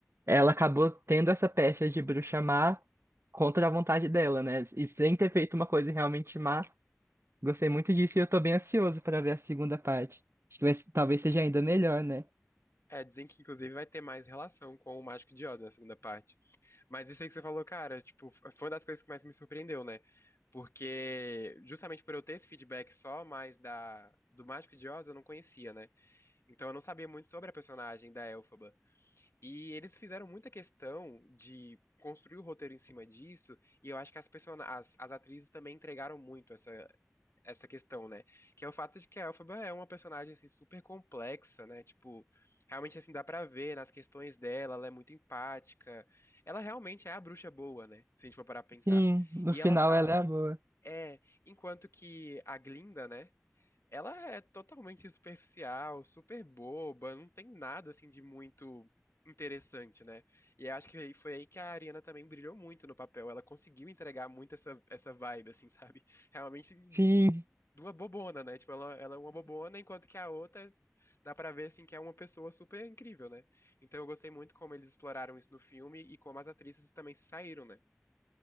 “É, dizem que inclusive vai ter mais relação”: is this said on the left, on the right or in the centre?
Left